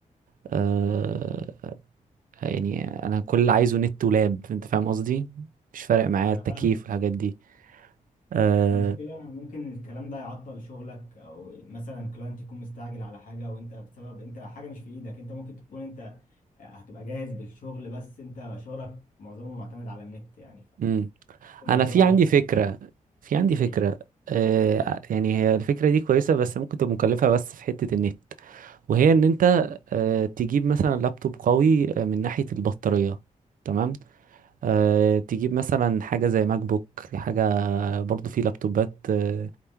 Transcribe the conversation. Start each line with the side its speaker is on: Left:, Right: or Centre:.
Right: آه يعني انا كل اللي عايزه نت ولاب انت فاهم قصدي مش فارق معايا
Left: انا
Right: التكييف
Left: فاهمك
Right: والحاجات دي آه
Left: مشكلة ممكن الكلام ده يعطل شغلك او مثلا كلاينت يكون مستعجل على حاجة وانت بسبب انت حاجة مش في ايدك انت ممكن تكون انت هتبقى جاهز بالشغل بس انت شغلك معظمه معتمد على النت يعني
Right: مم.
Left: فالموضوع
Right: انا في عندي
Left: هيبقى
Right: فكرة في عندي
Left: إيه،
Right: فكرة آه يعني هي الفكرة دي كويسة بس ممكن تبقى مكلفة بس في حتة النت وهي ان انت آه، تجيب مثلا لابتوب قوي آه، من ناحية البطارية تمام أه تجيب مثلا حاجة زي ماك بوك حاجة آه، برضو في لابتوبات آه،